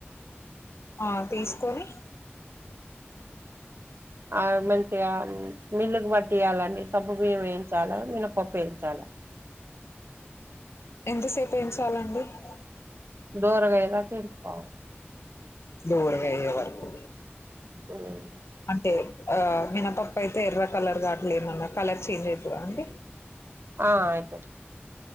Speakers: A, on the left; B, on the right.
A: ఆ తీసుకొని
B: ఆ <unintelligible> మిల్లుకు పట్టియాలాండీ సగు బియ్యం వేయించాలా మినపప్పు వేయించాలా
A: ఎంతసేపు వేయించాలా అండి అ
B: దోరగా అయ్యేదాకా వేయించుకోవాలా
A: దోరగా అయ్యేవర్కు
B: మ్మ్
A: అంటే ఆ మినపప్ప అయితే ఎర్ర కలర్ అట్లా ఏమన కలర్ చేంజ్ అవుతుందా అండి
B: ఆ ఆయితే